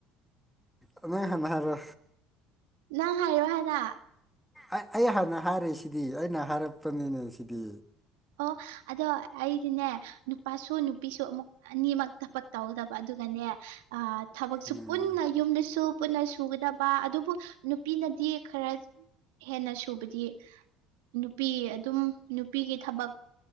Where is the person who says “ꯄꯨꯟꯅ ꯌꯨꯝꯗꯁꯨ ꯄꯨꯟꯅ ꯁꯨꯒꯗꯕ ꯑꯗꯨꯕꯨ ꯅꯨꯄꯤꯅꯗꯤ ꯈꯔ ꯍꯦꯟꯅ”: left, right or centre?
Right